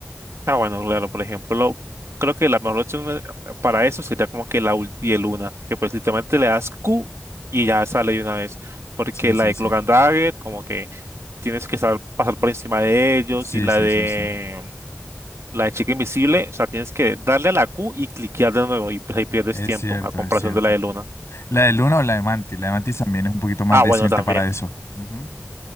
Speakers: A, on the right (about 80°); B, on the left (about 85°).
A: Ah, bueno, claro, por ejemplo, creo que la mejor opción eh, para eso sería como que la ulti de Luna, que pues literalmente le das Q y ya sale de una vez. Porque
B: Sí,
A: la
B: sí,
A: de
B: sí.
A: Cloak and Dagger, como que tienes que saber pasar por encima de ellos
B: Sí,
A: y la
B: sí,
A: de...
B: sí, sí.
A: La de chica invisible, o sea, tienes que darle a la Q y cliquear de nuevo y pues ahí pierdes
B: Es
A: tiempo
B: cierto,
A: a comparación
B: es cierto.
A: de la de Luna.
B: La de Luna o la de Mantis. La de Mantis también es un poquito más
A: Ah,
B: decente
A: bueno, también.
B: para eso. Ujú.